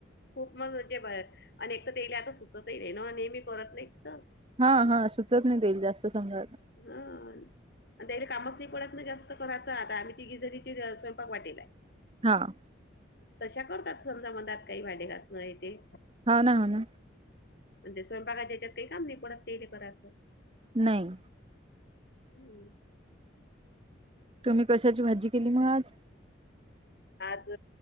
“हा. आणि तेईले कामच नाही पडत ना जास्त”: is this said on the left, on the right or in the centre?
Left